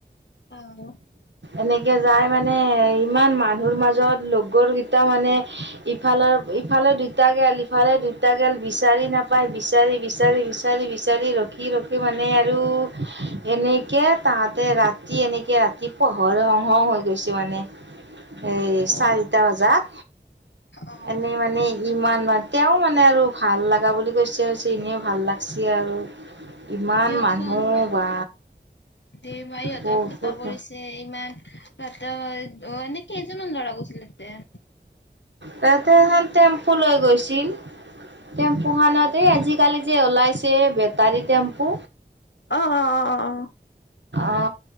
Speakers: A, on the left; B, on the right.
A: অ',
B: এনেকে যাই মানে ইমান মানুহৰ মাজত লগৰ কেইটা মানে ইফালৰ ইফালে দুটা গেল ইফালে দুটা গেল বিচাৰি নাপায় বিচাৰি বিচাৰি বিচাৰি বিচাৰি ৰখি ৰখি মানে আৰু এনেকে তাত ৰাতি এনেকে ৰাতি পোহৰ হং হং হৈ গৈছে মানে এ
A: অ',
B: চাৰিটা বজাত
A: অ'
B: এনেই মানে ইমান মান তেওঁ মানে আৰু ভাল লাগা বুলি কৈছে। হছে এনেইও ভাল লাগছি আৰু ইমান
A: দিয়কচোন
B: মানুহ বা
A: দে মাই ইহঁতক
B: বহুত
A: কৃপা কৰিছে ইমান পাতা অ এনেই কেইজনমান ল'ৰা গৈছিল তাতে?
B: তাতে এখন টেম্পু লৈ গৈছিল। টেম্পুখনতে
A: অ
B: এই আজিকালি যে ওলাইছে বেটাৰী টেম্পু।
A: অ-অ-অ-অ-অ।
B: অ,